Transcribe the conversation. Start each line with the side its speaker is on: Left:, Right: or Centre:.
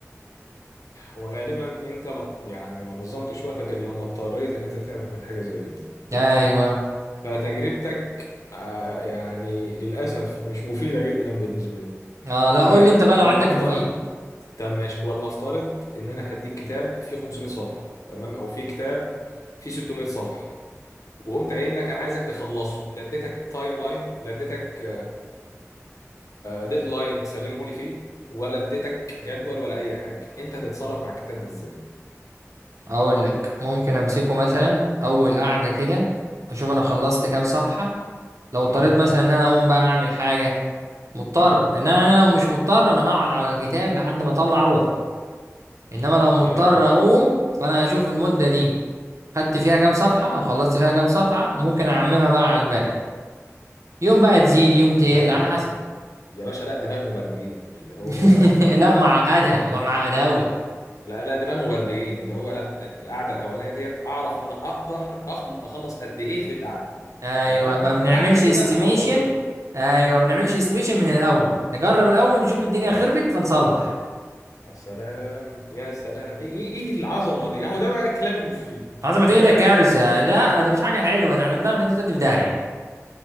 Left: وغالبا انت مط... يعني ما نظمتش وقتك غير لما اضطريت ان انت تعمل حاجه زي كده
Right: أيوه
Left: اوكي فتجربتك آه، يعني للأسف مش مفيدة جدا بالنسبة لي
Right: اه لا
Left: ف
Right: قول لي انت بقى
Left: ولنفترض
Right: لو عندك مفيد
Left: طب ماشي ولنفترض إن أنا هديك كتاب فيه 500 صفحة تمام أو فيه كتاب فيه 600 صفحة وقمت قايل لك أنا عايزك تخلصه لا اديتك تايم لاين لا اديتك ديدلاين تسلمه لي فيه ولا اديتك جدول ولا أي حاجة أنت هتتصرف مع الكتاب ده إزاي؟
Right: اقول لك ممكن امسكه مثلا اول قعده كده اشوف انا خلصت كام صفحه لو اضطريت
Left: امم
Right: مثلا ان انا اقوم بقى اعمل حاجه مضطر
Left: امم
Right: ان انا أنا لو مش مضطر انا هقعد على الكتاب لحد ما اطلع روحه انما لو مضطر
Left: جامد فشخ
Right: اقوم فانا هشوف المده دي خدت فيها كام صفحه او خلصت فيها كام صفحه وممكن اعممها بقى على الباقي يوم بقى
Left: لا
Right: تزيد
Left: لا لا
Right: يوم تقل
Left: دماغ
Right: على حسب
Left: يا باشا لا دماغ مبرمجين اللي هو
Right: <laughs> لا معقدها الموضوع معقد قوي
Left: لا لا دي بقى المبرمجين اللي هو لا القعده الاولانيه ديت اعرف انا اقدر أخل- اخلص قد ايه في القعده
Right: ايوه
Left: تمام
Right: ما بنعملش
Left: وبعد كده
Right: استيميشن
Left: احط الخطه
Right: ايوه ما بنعملش استيميشن من الاول نجرب الاول نشوف الدنيا خربت فنصلح
Left: يا سلام يا سلام ايه ايه إيه العظمه دي اهو ده بقى الكلام المفيد
Right: عظمة
Left: اهو
Right: ايه
Left: ده
Right: ده
Left: بقى
Right: كارثة
Left: الكلام
Right: لا ده مش حاجة حلوة ده على دماغنا دي تودي في داهية